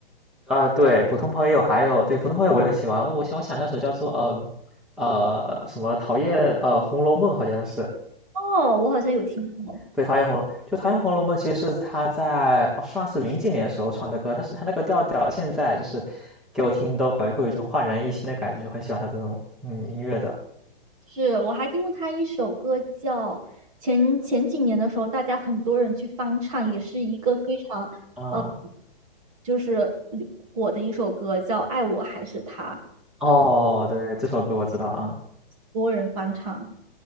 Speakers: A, in the centre; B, on the right.
A: 啊，对，普通朋友还有对，普通朋友我也很喜欢。我想我想那首叫做，嗯呃，什么讨厌呃《红楼梦》好像是，
B: 哦，我好像有听过，
A: 对，讨厌《红楼》就讨厌《红楼梦》，其实是他在哦，算是零几年时候唱的歌，但是他那个调调现在就是给我听都会会有一种焕然一新的感觉，就很喜欢他这种，嗯，音乐的。
B: 是我还听过他一首歌叫前前几年的时候，大家很多人去翻唱，也是一个非常呃
A: 啊，
B: 就是火的一首歌，叫《爱我还是他》，
A: 哦，对，这首歌我知道，啊。
B: 多人翻唱。